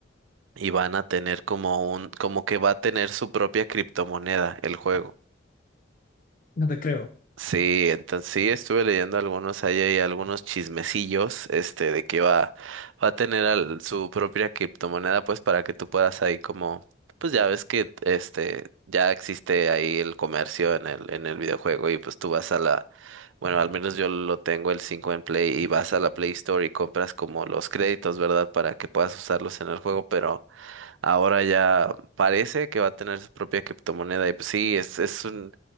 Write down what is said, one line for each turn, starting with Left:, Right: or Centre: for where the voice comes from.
Right: y van a tener como un, como que va a tener su propia criptomoneda el juego.
Left: No te creo.
Right: Sí, entonces sí estuve leyendo algunos ahí hay algunos chismecillos, este, de que va, va a tener al- su propia criptomoneda, pues, para que tú puedas ahí como, pues ya ves que este ya existe ahí el comercio en el, en el videojuego, y pues tú vas a la, bueno, al menos yo lo tengo el 5 en Play, y vas a la Play Store y compras como los créditos, ¿verdad? Para que puedas usarlos en el juego, pero Ahora ya parece que va a tener su propia criptomoneda y pues sí, es, es un,